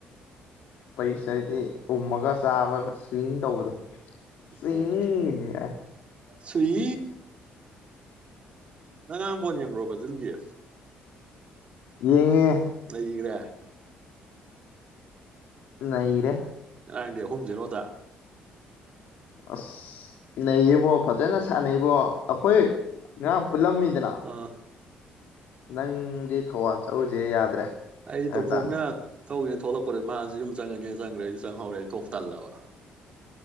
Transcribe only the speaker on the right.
ꯑꯣ ꯁꯨꯏ ꯅꯉꯥꯡꯕꯣꯟ ꯌꯦꯡꯕ꯭ꯔꯣ ꯖꯟꯒꯤ
ꯂꯩꯈ꯭ꯔꯦ
ꯉꯔꯥꯡꯗꯤ ꯑꯍꯨꯝꯁꯤꯔꯣꯗ
ꯑꯥ
ꯑꯩ
ꯇꯣ ꯐꯒꯅ ꯊꯧꯒꯦꯅ ꯊꯣꯛꯂꯛꯄꯗ ꯃꯥꯁꯤ ꯌꯨꯝ ꯆꯪꯉꯒꯦꯅ ꯆꯪꯈ꯭ꯔꯦ ꯑꯩꯗꯤ ꯆꯪꯍꯧꯔꯦ ꯊꯣꯛ ꯇꯜꯂꯕ